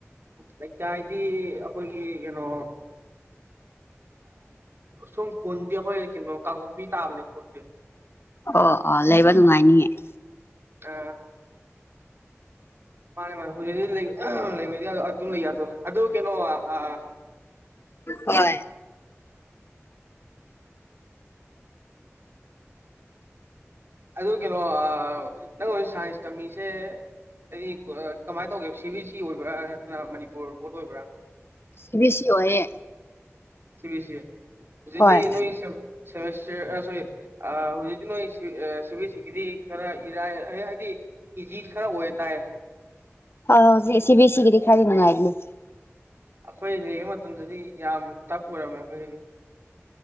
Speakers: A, on the right; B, on the left.
A: ꯂꯩꯀꯥꯏ ꯍꯥꯏꯗꯤ ꯑꯩꯈꯣꯏꯒꯤ ꯀꯩꯅꯣ ꯁꯨꯝ ꯀꯣꯟꯗꯤꯌꯥ ꯀ ꯅꯣ ꯀꯥꯡꯒꯣꯛꯄꯤꯤ ꯇꯥꯕꯅꯦ ꯈꯣꯠꯇꯠꯇꯦ
B: ꯑꯣ ꯑꯣ ꯂꯩꯕ ꯅꯨꯡꯉꯥꯏꯅꯤꯉꯦ
A: ꯑꯥ ꯃꯥꯅꯦ ꯃꯥꯅꯦ ꯍꯧ ꯂꯩ ꯑꯗꯨꯝ ꯂꯩꯗꯣ ꯑꯗꯨ ꯀꯩꯅꯣ ꯑ
B: ꯍꯣꯏ
A: ꯑꯗꯨ ꯀꯩꯅꯣ ꯅꯪ ꯍꯧꯖꯤꯛ ꯁꯥꯏꯟꯁ ꯇꯝꯃꯤꯁꯦ ꯍꯥꯏꯗꯤ ꯀꯃꯥꯏꯅ ꯇꯧꯒꯦ ꯁꯤ ꯕꯤ ꯑꯦꯁ ꯁꯤ ꯑꯣꯏꯕ꯭ꯔꯥ ꯅꯠꯇꯅ ꯃꯅꯤꯄꯨꯔ ꯕꯣꯠ ꯑꯣꯏꯕ꯭ꯔꯥ
B: ꯁꯤ ꯕꯤ ꯁꯤ ꯑꯣꯏꯌꯦ
A: ꯁꯤꯕꯤꯁ ꯏꯗꯤ
B: ꯍꯣꯏ
A: ꯅꯣꯏꯁ ꯁꯣꯔꯤ ꯑꯗꯤ ꯅꯣꯏ ꯁꯤꯕꯤ ꯗꯤ ꯈꯔ ꯏꯔꯥꯏ ꯍꯥꯏꯗꯤ ꯏꯖꯤꯠ ꯈꯔ ꯑꯣꯏ ꯇꯥꯏ
B: ꯍ ꯍ ꯁꯤ ꯕꯤ ꯑꯦꯁ ꯁꯤꯒꯤꯗꯤ ꯈꯔꯤꯅꯅꯨꯡꯉꯥꯏꯕꯅꯦ
A: ꯑꯩꯈꯣꯏ ꯂꯩꯕ ꯃꯇꯝꯗꯗꯤ ꯌꯥꯝ ꯇꯞ ꯑꯣꯏꯔꯝꯃꯦ ꯑꯩꯈꯣꯏꯒꯤꯗꯤ